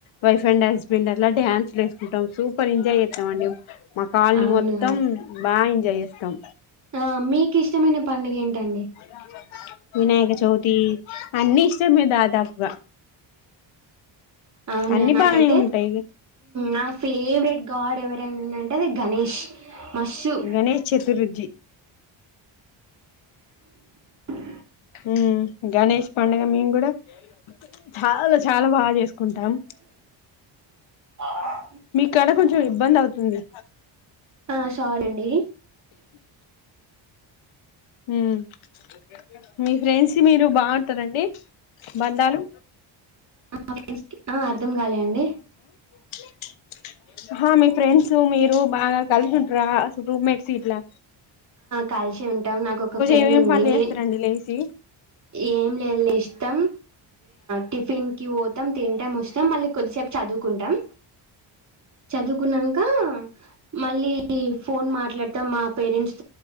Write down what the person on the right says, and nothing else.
అవునా
ఆ మీకు ఇష్టమైన పండుగ ఏంటండ్
అవును
నాకైతే
నా ఫేవరెట్ గాడ్ ఎవరైనా ఉందంటే అది గణేష్ మస్సు
<unintelligible>
ఆహ్
ఆ సార్ అండి
ఫ్రెండ్స్ అర్థం కాలే అండి
కాల్ ఉంటాం నాకు ఒక ఫ్రెండ్
ఉంది
ని
ఏం లేదు ఇష్టం టిఫిన్ పోతం తింటాం వస్తం మళ్లీ కొద్దిసేపు చదువుకుంటం చదువుకున్నాక మళ్ళీ ఫోన్ మాట్లాడటం మా పేరెంట్స్ తో